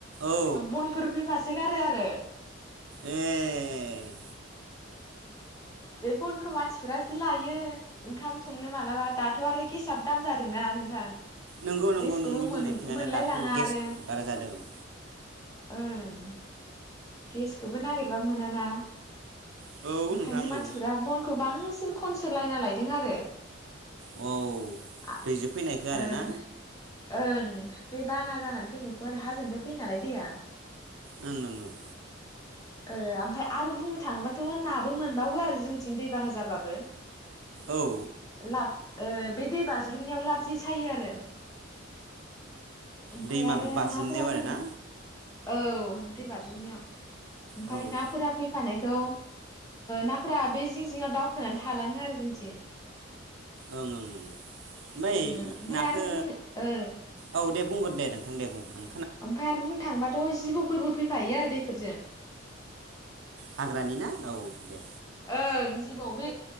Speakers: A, on the right; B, on the left.
A: औ
B: बनफोर फैफा सोगारो आरो
A: ए
B: बे बनखौ मानसिफोरा जि लायो ओंखाम संनो मालाबा दाथ आरो गेसाबो दाम जादोंना नोंथां
A: नोंगौ नोंगौ
B: गेसखौबो
A: नोंनि
B: मोन
A: बुंनाया थिगानो
B: मोनलाय
A: दाथ'
B: लाङा
A: गेस
B: आरो
A: बारा जादो औ
B: ओं गेसखौबो नागिरबाबो मोनाना
A: औ
B: बेखायनो
A: नोंथां
B: मानसिफोरा
A: औ
B: बनखौ बां सिन खनसो‌ लायना लायदों आरो
A: औ
B: आ
A: दैजों फैनायखौ आरोना
B: ओं ओं बे बाना जानानै फैनायखौ आरो हाजोनिफ्राय फैयो नालाय दैया
A: ओं ओं ओं
B: ओ आमफाय आरो बुंनो थाङोबाथ' नाबो मोनबावो आरो जोंनिथिं दैबाना जाबाबो
A: औ
B: लाब बे दै बाज्रुमनायाव लाबजे सायो आरो ओमफाय
A: दै माबे
B: आरो
A: बाज्रुमनायाव
B: नाफोरा फैबाय
A: आरोना
B: औ दै बारजुमनायाव ओमफाय
A: औ ओं
B: नाफोरा फैफानाय खौ नाफोरा बे जिं जिङाव दावखोनानै थालाङो आरो जोंनिथिं
A: ओं ओं ओं ओमफाय
B: ओ ओमफ्राय
A: नाखौ
B: आरो बुंनो ओ
A: औ दे बुंग्रो दे नों दे बुं ओं
B: ओमफाय आरो बुंनो थांबा थ जिबौफोरबो फैफायो आरो दैफोरजों
A: हाग्रानि ना औ दे
B: ओं जिबौ बे